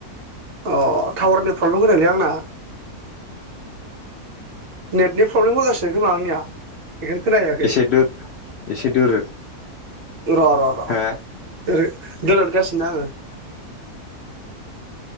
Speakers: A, on the right; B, on the left.
A: अ टावारनि प्रब्लेम होदोंलै आंना। नेटनि प्रब्लेम होगासिनो- खोमा आंनिया बेखायनो खोनाखै
B: एसे दो एसे दोरोद
A: र' र'
B: हा
A: र' दोरदगासिनो